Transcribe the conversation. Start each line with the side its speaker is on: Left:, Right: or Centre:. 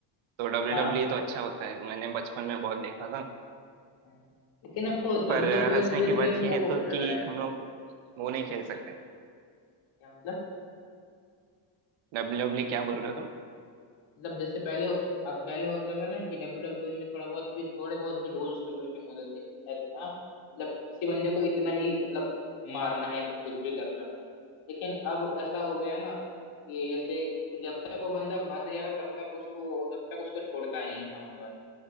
Right: तो डब्ल्यू
Left: हाँ
Right: डब्ल्यू ई तो अच्छा होता है मैंने बचपन में बहुत देखा था
Left: हम्म। लेकिन अब वो डब्ल्यू
Right: पर
Left: डब्ल्यू
Right: हंसने
Left: धीरे
Right: की
Left: धीरे
Right: बात
Left: वो
Right: यह है
Left: होने
Right: तो
Left: लगा
Right: कि
Left: है
Right: हम लोग वो नहीं खेल सकते
Left: क्या मतलब
Right: डब्ल्यू डब्ल्यू क्या बोल रहे हो तुम
Left: मतलब जैसे पहले अब पहले होता था ना कि डब्ल्यू डब्ल्यू में थोड़ा बहुत भी थोड़े बहुत भी रूल्स रेगुलेशन होते थे कि इतना मतलब किसी बंदे को इतना ही मतलब मारना है फिर कुछ भी करना है लेकिन अब ऐसा हो गया है ना कि जैसे कि जब तक वो बंदा मर नहीं जाता तब तक उसको तब तक उसको छोड़ता नहीं है सामने वाला